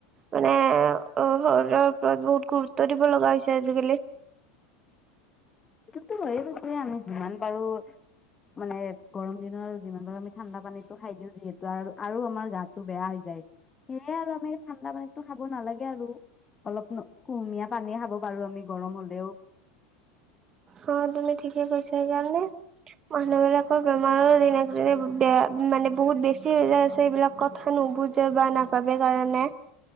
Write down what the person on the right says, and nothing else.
মানে অঁ শৰীৰৰ ওপৰত বহুত গুৰুত্ব, <unintelligible> লগা হৈছে আজিকালি <unintelligible>
অ তুমি ঠিকে কৈছা সেইকাৰণে মানুহবিলাক বেমাৰো যেনে তেনে বেয়া মানে বহুত বেছি হৈ যায় আছে এইবিলাক কথা নুবুজে বা নাপাবাবে কাৰণে